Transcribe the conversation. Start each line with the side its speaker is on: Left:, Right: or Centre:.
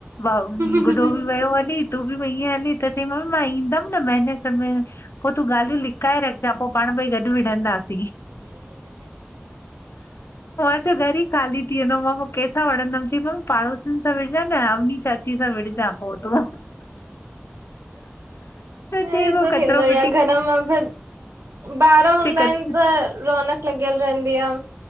Left: वा
Right: फिर
Left: गुॾो बि वियो हली तूं बि वईं हली त चईं मम्मी मां ईंदमि न महीने में पोइ तूं ॻाल्हियूं लिकाए रखज पो पाणई गॾु विढंदास मां चयो घर ई खाली थी वेंदो मां पोइ कंहिंस वंदमि चई मम्मी पाड़ोसीनि सां विझा न <unintelligible> चाची सां विड़जां पोइ तूं
Right: हे
Left: चई पोइ
Right: त
Left: कचिरो
Right: थींदो ई
Left: फिटी
Right: आहे घर मां फिर ॿार हूंदा
Left: चई
Right: आहिनि त रौनक लॻियल रहंदी आ